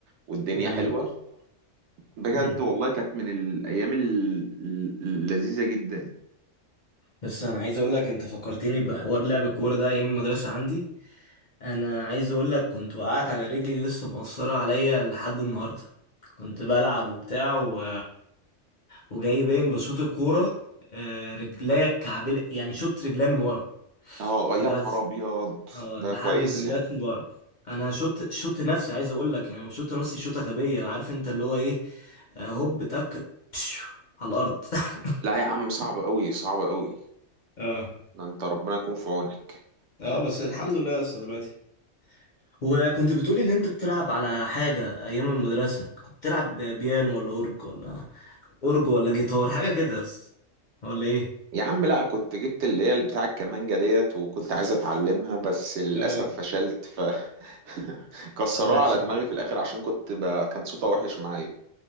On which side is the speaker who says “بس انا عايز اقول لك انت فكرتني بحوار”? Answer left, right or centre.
Left